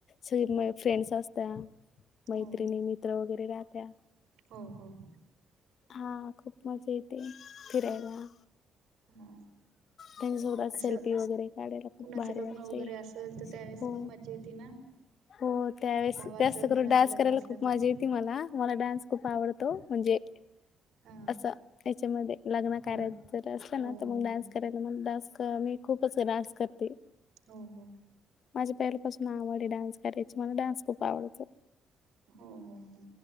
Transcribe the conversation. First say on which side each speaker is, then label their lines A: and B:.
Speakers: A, on the left (about 60°); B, on the right (about 75°).
A: सगळे मग फ्रेंड्स असत्या, मैत्रिणी-मित्र
B: हो
A: वगैरे राहत्या
B: हो हो.
A: हा, खूप मजा येते फिरायला.
B: हा
A: त्यांच्यासोबत
B: असं,
A: सेल्फी वगैरे काढायला
B: कुणाचं
A: खूप भारी
B: लग्न
A: वाटते.
B: वगैरे असल, तर त्यावेळेस
A: हो
B: पण मज्जा येते ना!
A: हो, त्यावेळेस
B: भावाचं
A: जास्त करून,
B: कुणाचं
A: डान्स
B: लग्न
A: करायला
B: असलं
A: खूप
B: तर
A: मजा येते मला. मला डान्स खूप आवडतो. म्हणजे,
B: हा
A: असा याच्यामध्ये. लग्न
B: हो
A: कार्यात जर असलं
B: हो
A: ना, तर
B: हो
A: मग डान्स
B: हो
A: करायला मग अं. मी खूपच डान्स करते.
B: हो हो
A: माझी पहिल्यापासून आवड आहे. डान्स करायची, मला डान्स खूप आवडतो.
B: हो हो हो.